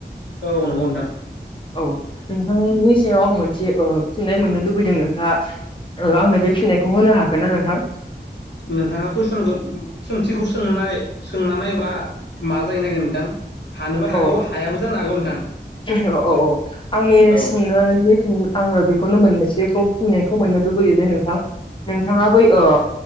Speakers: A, on the left (about 75°); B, on the left (about 25°).
A: औ नंगौ नोंथां।
B: औ नोंथांनिनि सायाव आं मोनसे ओ फिननाय मोननो लुबैदों नोंथांङा। आंनो बे फिनायखौ होनो हागोन ना नोंथां?
A: नोंथाङा कुइसनखौ सोंथिखौ सोंनाय सोंना नायब्ला मा जायो नायगोन नोंथां। हानोबो हागौ
B: औ
A: हायाबो जानो हागौ। नोंथां
B: औ औ औ आंनि
A: औ
B: सोंनायनि फिन आंनो बेखौनो मोननैसोखौ। फिननायखौ मोननो लुबैयो जे नोंथां नोंथाङा बै ओ।